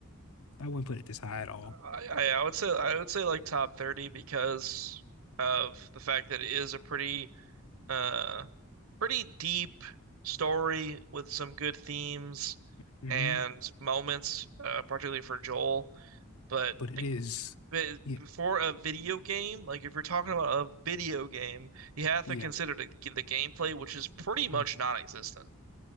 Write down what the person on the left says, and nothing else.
I wouldn't put it this high at all.
hmm
But it
is,
yeah,
yeah.
Mhm.